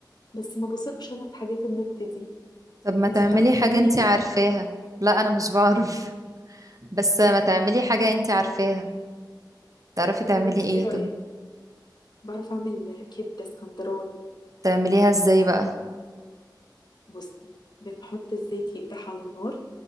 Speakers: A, on the left; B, on the right.
A: بس ما بثقش انا في حاجات النت دي
B: طب ما
A: انتي
B: تعملي
A: بتعرفي
B: حاجة
A: تعمليها؟
B: انتي عارفاها لا أنا مش بعرف <laughs> بس ما
A: امم
B: تعملي حاجة انتي عارفاها تعرفي تعملي
A: طب انتي
B: ايه
A: ايه رأيك؟
B: طيب؟
A: بعرف اعمل كبدة اسكندراني
B: تعمليها ازاي بقى؟
A: بصي بنحط الزيت يقدح على النار